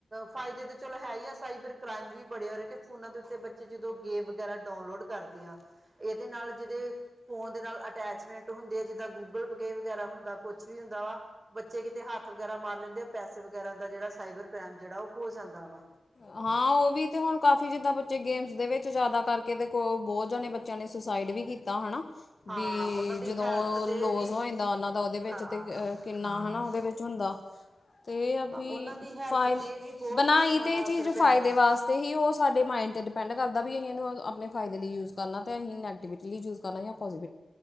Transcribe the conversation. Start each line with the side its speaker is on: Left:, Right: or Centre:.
Right: ਫਾਇਦੇ ਤੇ ਚਲੋ ਹੈ। ਹੀ ਆ ਸਾਈਬਰ ਕ੍ਰਾਈਮ ਵੀ ਬੜੇ ਹੋ ਫੋਨਾ ਦੇ ਉੱਤੇ ਬੱਚੇ ਜਦੋਂ ਗੇਮ ਵਗੈਰਾ ਡਾਊਨਲੋਡ ਕਰਦੇ ਆ ਇਹਦੇ ਨਾਲ ਜਿਦੇ ਫੋਨ ਦੇ ਨਾਲ ਅਟੈਚਮੈਂਟ ਹੁੰਦੇ ਆ। ਜਿੱਦਾਂ ਗੂਗਲ ਪੇ ਵਗੈਰਾ ਹੁੰਦਾ। ਕੁਛ ਵੀ ਹੁੰਦਾ ਵਾ। ਬੱਚੇ ਕਿਤੇ ਹੱਥ ਵਗੈਰਾ ਮਾਰ ਲੈਂਦੇ ਆ ਪੈਸੇ ਵਗੈਰਾ ਦਾ ਜਿਹੜਾ ਸਾਈਬਰ ਕ੍ਰਾਈਮ ਜਿਹੜਾ ਉਹ ਹੋ ਜਾਂਦਾ ਵਾ।
Left: ਹਾਂ ਉਹ ਵੀ ਤੇ ਹੁਣ ਕਾਫ਼ੀ ਜਿੱਦਾਂ ਬੱਚੇ ਗੇਮਸ ਦੇ ਵਿੱਚ ਜ਼ਿਆਦਾ ਕਰਕੇ ਤੇ ਬਹੁਤ ਜਾਣੇ ਬੱਚਿਆਂ ਨੇ ਸੁਸਾਈਡ ਵੀ ਕੀਤੀ ਕੀਤਾ ਹੋਣਾ
Right: ਹਾਂ
Left: ਵੀ
Right: ਉਹਨਾਂ ਦੀ
Left: ਜਦੋਂ
Right: ਹੈਲਥ ਤੇ
Left: ਲੋਸ
Right: ਵੀ
Left: ਹੋ ਜਾਂਦਾ ਉਹਨਾਂ ਦਾ ਉਹਦੇ ਵਿੱਚ
Right: ਹਾਂ
Left: ਤੇ ਕਿੰਨਾ
Right: ਹਾਂ
Left: ਹਨਾ ਉਹਦੇ ਵਿੱਚ ਹੁੰਦਾ। ਤੇ ਆ ਵੀ
Right: ਉਹਨਾਂ ਦੀ ਹੈਲਥ
Left: ਫਾਈਲ
Right: ਤੇ ਵੀ ਬਹੁਤ
Left: ਬਣਾਈ
Right: ਮਾੜਾ
Left: ਤੇ ਇਹ ਚੀਜ਼
Right: ਅਸਰ ਪੈਂਦਾ
Left: ਫਾਈਲ
Right: ਵਾ
Left: ਵਾਸਤੇ ਹੀ ਉਹ ਸਾਡੇ ਮਾਇੰਡ ਤੇ ਡਿਪੈਂਡ ਕਰਦਾ। ਵੀ ਅਸੀਂ ਆਪਣੇ ਫ਼ਾਇਦੇ ਲਈ ਯੂਜ ਕਰਨਾ ਤੇ ਅਸੀਂ ਨੈਗੇਟਿਵਿਟੀ ਲਈ ਯੂਜ ਕਰਨਾ ਜਾਂ ਪੋਜ਼ਟਿਵ